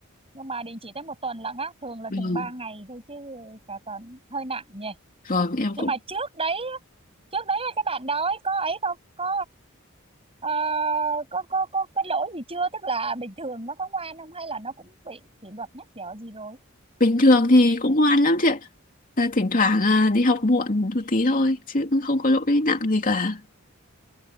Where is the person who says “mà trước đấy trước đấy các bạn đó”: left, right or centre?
Right